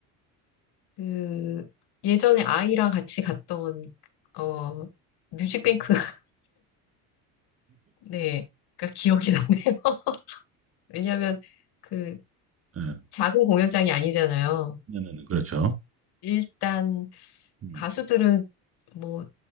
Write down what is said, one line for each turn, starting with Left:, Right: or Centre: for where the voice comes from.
Left: 그 예전에 아이랑 같이 갔던 어 뮤직뱅크 <laughs> 네가 기억이 나네요. <laughs> 왜냐하면 그
Right: 네,
Left: 작은 공연장이 아니잖아요.
Right: 네네네, 그렇죠.
Left: 일단
Right: 음,
Left: 가수들은 뭐